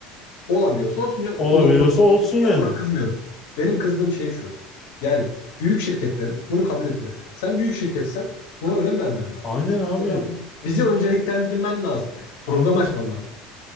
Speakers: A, on the left; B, on the left.
A: Olabiliyorsa olsun canım.
B: Olabiliyorsa
A: Okulunu okumak zorunda
B: olsun
A: değil.
B: yani.
A: Ben buna kızmıyorum. Benim kızdığım şey şu. Yani büyük şirketlerin bunu kabul etmesi. Sen büyük şirketsen buna önem vermen lazım.
B: Aynen abi.
A: Ya da bizi önceliklendirmen lazım. Yani. Program
B: Aynen.
A: açman lazım.